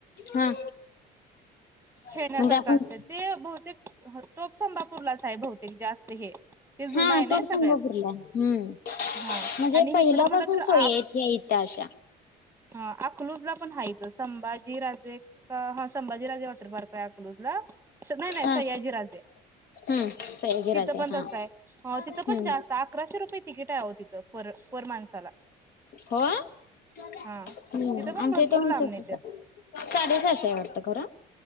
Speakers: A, on the left; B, on the right.
A: हा
B: खेळण्यासारखं
A: म्हणजे आपण
B: असते. ते बहुतेक टोप संंबापूरलाच आय बहुतेक जास्त. ते हे, ते
A: हा
B: जुनं आय नई
A: टोप संभापूरला
B: सगळ्यात.
A: हम्म
B: हां,
A: म्हणजे
B: आणि
A: पहिल्यापासून
B: हिकडं म्हनं तर
A: सोयी
B: आ
A: आहेत या इथं अशा
B: हां अकलूजला पण हाईत, संभाजीराजे क हां संभाजी तर बारपय अकलूजला? स नई नई
A: हा
B: सयाजी राजे.
A: हम्म सयाजीराजे
B: तितं पण
A: हा
B: तसं आय. हं तित
A: हम्म
B: पण जास्त आय. अकराशे रुपये तिकीट आय आओ तिथं पर पर माणसाला.
A: हां? हम्म
B: हा तिथं
A: आमच्या
B: भरपूर
A: ईतं पण
B: लांबून
A: तसच
B: येतात
A: आय. साडे सहाशे आय वाटतं खरं.